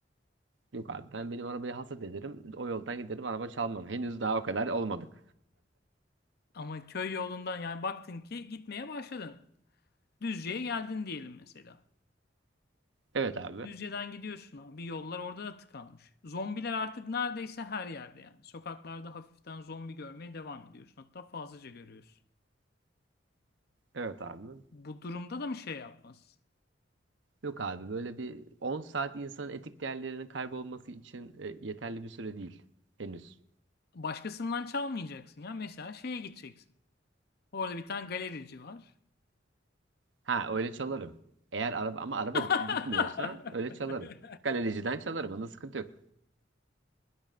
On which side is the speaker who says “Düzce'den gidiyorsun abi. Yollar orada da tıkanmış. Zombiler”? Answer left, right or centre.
Left